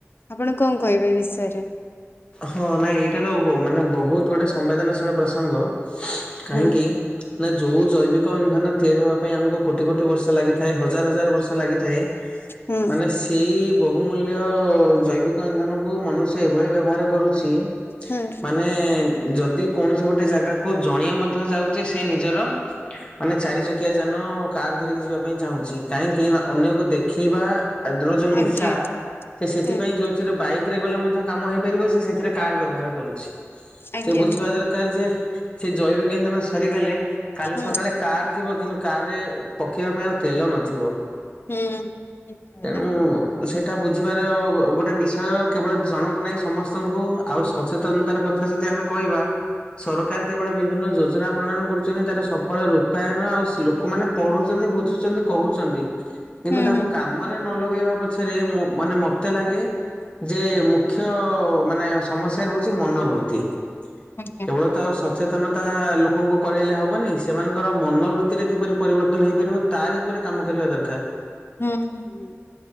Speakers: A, on the left; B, on the left.
A: ଆପଣ କଣ କହିବେ ଏ ବିଷୟର?
B: ହଁ, ନାଇଁ ଏଇଟା ତ ବ ମାନେ ବହୁତ ଗୋଟେ ସମ୍ବେଦନଶୀଳ ପ୍ରସଙ୍ଗ କାହିଁକି?
A: ହୁଁ
B: ନା ଯୋଉ ଜୈବିକ ଇନ୍ଧନ ତିଆରି ହେବା ପାଇଁ ଆମକୁ କୋଟି, କୋଟି ବର୍ଷ ଲାଗିଥାଏ ହଜାର, ହଜାର ବର୍ଷ ଲାଗିଥାଏ।
A: ହୁଁ
B: ମାନେ ସେଇ ବହୁମୂଲ୍ୟ ଜୈବିକ ଇନ୍ଧନକୁ ମନୁଷ୍ୟ ଏଭଳି ବ୍ୟବହାର କରୁଛି।
A: ହୁଁ।
B: ମାନେ ଯଦି କୌଣସି ଗୋଟେ ଜାଗାକୁ ଜଣେ ମଧ୍ୟ ଯାଉ ସେ ନିଜର, ମାନେ ଚାରି ଚକି ଚକିଆ ଯାନ କାର ଧରିକି ଯିବା ପାଇଁ ଚାହୁଁଛି। କାହିଁକି ନା ଅନ୍ୟକୁ ଦେଖେଇବା ଆରେ ଯୋ ଯୋଉ ନିଶା
A: ଆଜ୍ଞା
B: ସେ ସେଥିପାଇଁ
A: ହୁଁ
B: ଯୋଉଥିରେ ବାଇକରେ ଗଲେ ମଧ୍ୟ କାମ ହେଇପାରିବ। ସେ ସେ କାର ବ୍ୟବହାର କରୁଛି,
A: ଆଜ୍ଞା
B: ସେ ବୁଝିବା ଦର କାର ଯେ ସେ ଜୈବିକ ଇନ୍ଧନ ସରିଗଲେ, କାଲି
A: ହୁଁ
B: ସକାଳେ କାର୍ ଥିବ କିନ୍ତୁ କାର୍ ରେ ପକେଇବା ପାଇଁ ଆଉ ତେଲ ନଥିବ।
A: ହୁଁ। ହୁଁ
B: ଏଣୁ-ଉ ଓ ସେଇଟା ବୁଝିବାର ଗୋ- ଗୋଟେ ବିଷୟ କେବଳ ଜଣଙ୍କୁ ନାହିଁ ସମ ସମସ୍ତଙ୍କୁ ଆଉ ସଚେତନତାର କଥା ଯଦି ଆମେ କହିବା ସରକାର କେବଳ ବିଭିନ୍ନ ଯୋଜନା ପ୍ରଣୟନ କରୁଛନ୍ତି ତାର ସଫଳ ରୂପାୟନ ଆଉ ସ ଲୋକମାନେ ପଢୁଛନ୍ତି ବୁଝୁଛନ୍ତି। କହୁଛନ୍ତି କିନ୍ତୁ
A: ହୁଁ
B: ତାକୁ
A: ହୁଁ
B: କାମରେ ନ ଲଗେଇବା ପଯ ଛରେ ମ ମାନେ ମତେ ଲାଗେ ଯେ ମୁଖ୍ୟ ମାନେ ସମସ୍ୟାର ହଉଛି ମନୋବୃତ୍ତି
A: ଆଜ୍ଞା।
B: କେବଳ ତ ସଚେତନତା ଲୋକଙ୍କୁ କରାଇଲେ ହବନି ସେମାନଙ୍କର ମନୋବୃତ୍ତିରେ କିପରି ପରିବର୍ତ୍ତନ ହେଇପାରିବ। ତାରି ଉପରେ କାମ କରିବା ଦରକାର।
A: ହୁଁ ହୁ